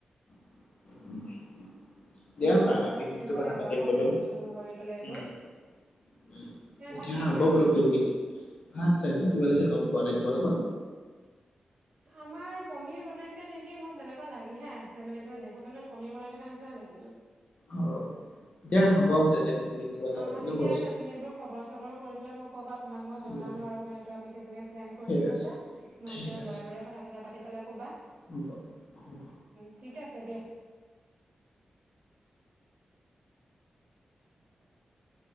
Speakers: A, on the left; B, on the right.
A: <unintelligible> যিমান
B: ধৰা
A: পাৰা
B: তেতিয়া
A: পিকনিকটো
B: সুধিব
A: কথা
B: লাগিব
A: পাতিম
B: ভালকে
A: বোলো,
B: ফোন চোন কৰি পেলাই এইবোৰ
A: উম। উম।
B: এ
A: এতিয়া
B: ভাত কি বনাইছে
A: হ'ব বোলোঁ পিকনিক, ভাত জানো কি বনাইছে গম পোৱা নাই। তোমালোকৰ?
B: আমাৰ পনীৰ বনাইছে নেকি, মোৰ তেনেকুৱা লাগিহে আছে মানে মই দেখোতে মানে পনীৰ বনাই থকা নিচিনা দেখিলোঁ।
A: অ' দিয়া হ'ব তেনে। পিকনিকটো কথা
B: অ'
A: পাতিম
B: ঠিকে
A: ন বছ
B: আছে তুমি এইবোৰ খবৰ-চবৰ কৰি পেলাই মোক ক'বা তোমাক মই জনালোঁ
A: উম উম
B: আৰু মানে এইটো আমি কেইজনীয়ে প্লেন কৰিছিলোঁ
A: ঠিক আছে
B: যে, তোমালোকেও
A: ঠিক আছে
B: ল'ৰাবোৰে কথা-চথা পাতি পেলাই ক'বা।
A: হ'ব, হ'ব।
B: ঠিকে আছে দিয়া। <unintelligible>